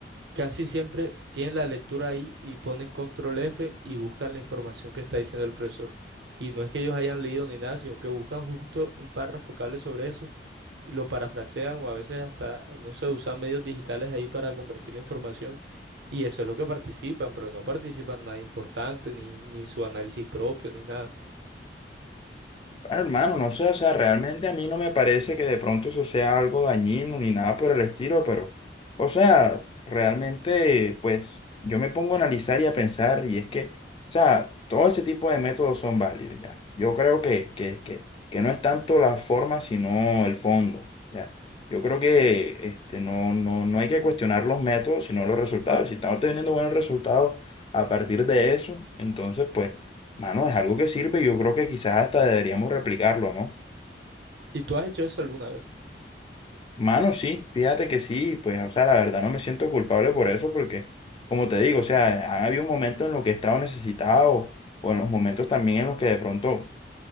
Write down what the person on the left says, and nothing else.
Ah, Hermano, no sé, o sea, realmente a mí no me parece que de pronto eso sea algo dañino ni nada por el estilo, pero, o sea, realmente, pues, yo me pongo a analizar y a pensar, y es que, o sea, todo ese tipo de métodos son válidos, ya. Yo creo que, que, que, que no es tanto la forma, sino el fondo, ya. Yo creo que este, no, no, no hay que cuestionar los métodos, sino los resultados. Si estamos teniendo buenos resultados a partir de eso, entonces, pues. Mano, es algo que sirve y yo creo que quizás hasta deberíamos replicarlo, ¿no?
Mano, sí, fíjate que sí, pues, o sea, la verdad no me siento culpable por eso porque, como te digo, o sea, han habido momentos en los que he estado necesitado o en los momentos también en los que de pronto,